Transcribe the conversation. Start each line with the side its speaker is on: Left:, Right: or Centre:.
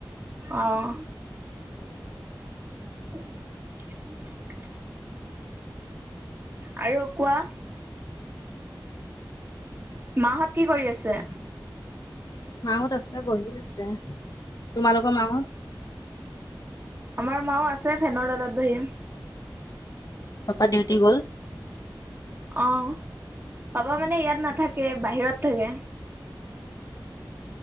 Right: অহ।
Left: উম।
Right: <inaudible> আৰু কোৱা। মাহঁত কি কৰি আছে?
Left: মাহোঁত আছে বহি আছে, তোমালোকৰ মাহোঁত?
Right: আমাৰ মা ও আছে ফেনৰ তলত বহি।
Left: পাপা ডিউটি গ'ল।
Right: অ', পাপা মানে ইয়াত নাথাকে বাহিৰত থাকে।